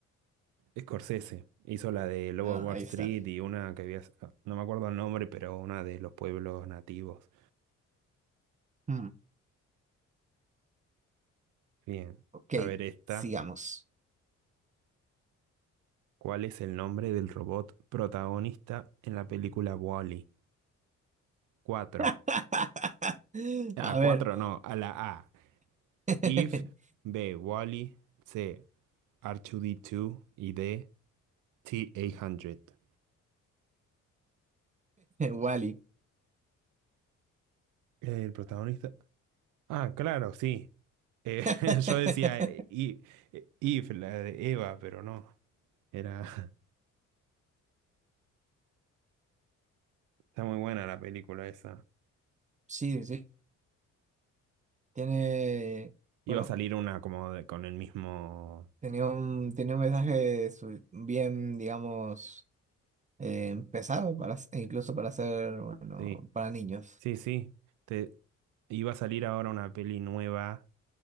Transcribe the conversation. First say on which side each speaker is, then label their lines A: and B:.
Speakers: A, on the right; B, on the right.
A: Scorsese. Hizo la de Lobo
B: Ah,
A: de Wall
B: ahí
A: Street
B: está.
A: y una que había, no me acuerdo el nombre, pero una de los pueblos nativos.
B: Mm,
A: Bien.
B: ok,
A: A ver esta.
B: sigamos.
A: ¿Cuál es el nombre del robot protagonista en la película Wall-E? 4.
B: <laughs>
A: A
B: A
A: cuatro
B: ver,
A: no, a la A.
B: <laughs>
A: If, B, Wally, C, R2D2 y D, T800.
B: Wally.
A: El protagonista. Ah, claro, sí. Eh,
B: <laughs>
A: <laughs> yo decía eh, I- eh, If, la de Eva, pero no. Era. <laughs> Está muy buena la película esa.
B: Sí, sí, tiene. Bueno.
A: Iba a salir una como de- con el mismo.
B: Tenía un, tenía un mensaje su- bien, digamos, eh, pesado para, s- e incluso para ser, bueno,
A: Sí,
B: para niños.
A: sí, sí. Te... Iba a salir ahora una peli nueva